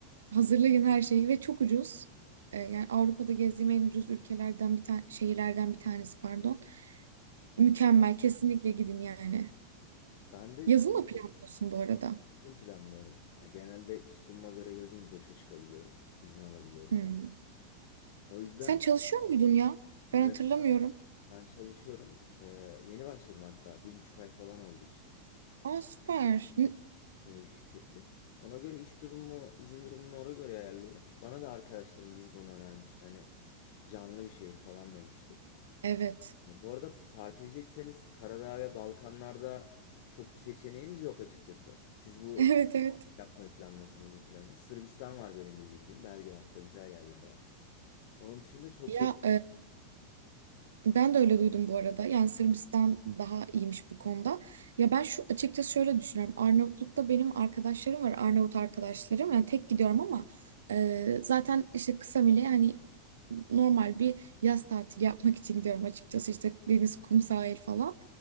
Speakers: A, on the right; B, on the left.
A: Hazırlayın her şeyi ve çok ucuz. E, Yani Avrupa'da gezdiğim en ucuz ülkelerden bir tane şehirlerden bir tanesi pardon. Mükemmel kesinlikle gidin yani.
B: Ben de
A: Yazın mı planlıyorsun bu arada?
B: yazın planlıyorum. Ya genelde iş durumuma göre yazın boşa çıkabiliyorum. İzin alabiliyorum
A: Hmm.
B: daha doğrusu. O yüzden
A: Sen çalışıyor muydun ya? Ben
B: evet
A: hatırlamıyorum.
B: ben çalışıyorum. Ee, yeni başladım hatta. Bir buçuk ay falan oldu işte.
A: Aa süper. N-
B: Yeni bir şirkette. Ona göre iş durumu, izin durumunu ona göre ayarlıyorum. Bana da arkadaşlarım Lizbon'u önermişti. Hani canlı bir şehir falan demişti.
A: Evet.
B: Bu arada partileyecekseniz Karadağ ve Balkanlarda çok bir seçeneğiniz yok açıkçası. Siz bu
A: <laughs> Evet evet.
B: yapmayı planlıyorsunuz bu planı? Sırbistan var benim bir bildiğim. Belgrad'da güzel yerler var. Onun dışında çok
A: Ya
B: yok.
A: Ben de öyle duydum bu arada. Yani Sırbistan daha iyiymiş bu konuda. Ya ben şu açıkçası şöyle düşünüyorum. Arnavutluk'ta benim arkadaşlarım var. Arnavut arkadaşlarım. Yani tek gidiyorum ama e, zaten işte kısa bile hani normal bir yaz tatili yapmak için gidiyorum açıkçası. İşte deniz, kum, sahil falan.